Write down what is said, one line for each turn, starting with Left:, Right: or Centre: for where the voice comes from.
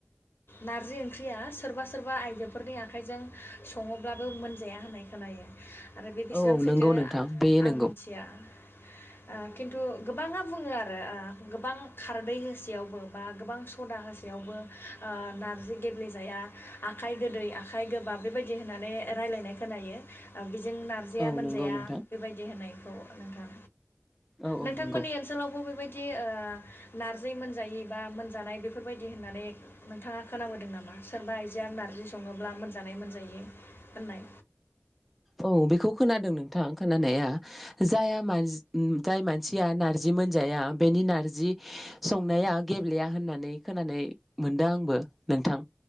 Left: नारजि ओंख्रिया सोरबा सोरबा आइजोफोरनि आखाइजों सङोब्लाबो मोनजाया होननाय खोनायो। आरो बे बेसेबां
Centre: औ औ
Left: सैथो
Centre: नंगौ नोंथां बे
Left: आं
Centre: नंगौ
Left: मिथिया ओ खिन्थु गोबाङा बुङो आरो ओ गोबां खारदै होसेयावबो बा गोबां सदा होसेयावबो ओ नारजि गेब्लेेजाया आखाइ गोदै आखाइ गोबाब बे बेबायदि होननानै रायलानाय खोनायो ओ जों नारजिया
Centre: औ
Left: मोनजाया
Centre: नंगौ नोंथां
Left: बेबायदि होननाय। औ नोंथां
Centre: औ औ
Left: नोंथांमोननि
Centre: नंगौ
Left: ओनसोलावबो बेबायदि बिदि ओ नार्जि मोनजायि बा मोनजानाय बेफोरबायदि होननानै नोंथाङा खोनाबोदों नामा सोरबा आइजोआ नार्जि सङोब्ला मोनजानाय मोनजायि होननाय
Centre: औ बेखौ खोनादों नोंथां खोनानाया जाया मान-जाय मानसिया नार्जि मोनजाया बेनि नारजि संनाया गेब्लेया होननानै खोनानाय मोनदों आंबो नोंथां।